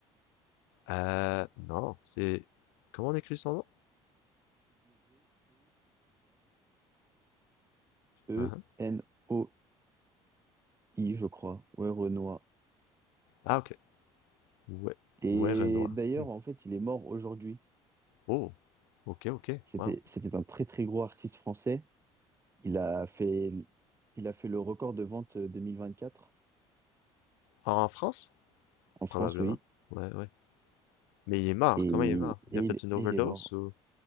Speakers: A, on the left; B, on the right.
A: Euh, non, c'est... Comment on écrit son nom?
B: W-E-R-E-N-O-I,
A: Uh-huh.
B: je crois. Werenoi.
A: Ah, ok. Ouais,
B: Et
A: ouais, Renoir.
B: d'ailleurs,
A: Hmm.
B: en fait, il est mort aujourd'hui.
A: Oh, ok, ok.
B: C'était,
A: Wow.
B: c'était un très très gros artiste français. Il a fait, il a fait le record de vente euh, 2024
A: En France?
B: en France,
A: Probablement.
B: oui.
A: Ouais, ouais. Mais il est mort.
B: Et,
A: Comment il est mort?
B: et
A: Il a fait
B: il, et
A: une overdose
B: il est mort.
A: ou...